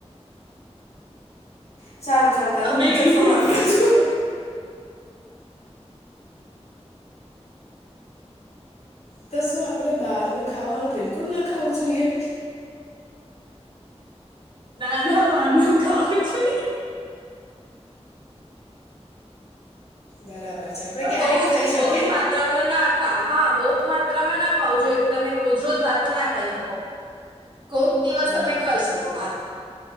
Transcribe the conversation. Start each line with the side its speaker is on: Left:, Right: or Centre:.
Left: સારું ચલ ચલ
Right: અમે
Left: હું બીજો
Right: ગંદી
Left: સવાલ
Right: જગ્યા
Left: પુછુ. તો શું આપડે બહારનું ખાવાનું બિલકુલ ના ખાવું જોઈએ?
Right: ના ના બાર નુ ખાવું છે.
Left: બરાબર છે આપણે ક્યારેક
Right: બઉજ
Left: ખાઈ
Right: બઉજ
Left: શકીએ
Right: માત્રામાં ના ખા. હા બહુ માત્રામાં ના ખાવ જોએ કે તમે રોજ રોજ બાર ના ખાઈ શકો. કોક દિવસ
Left: બરાબર
Right: તમે ખાઈ શકો બાર.